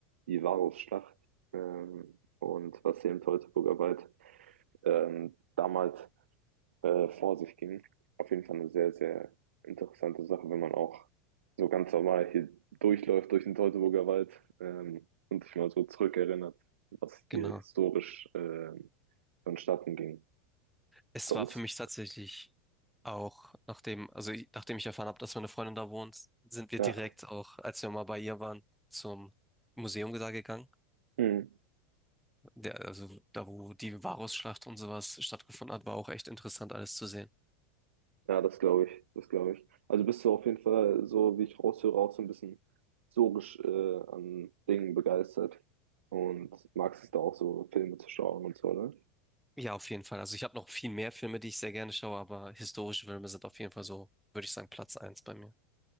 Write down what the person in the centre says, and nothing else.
Genau.
Es
war für mich tatsächlich auch, nachdem, also ich- nachdem ich erfahren habe, dass meine Freundin da wohnt, sind wir
direkt auch, als wir mal bei ihr waren, zum Museum da gegangen.
Der, also da, wo die Varusschlacht und sowas stattgefunden hat, war auch echt interessant, alles zu sehen.
Ja, auf jeden Fall. Also ich habe noch viel mehr Filme, die ich sehr gerne schaue, aber historische Filme sind auf jeden Fall so, würde ich sagen, Platz eins bei mir.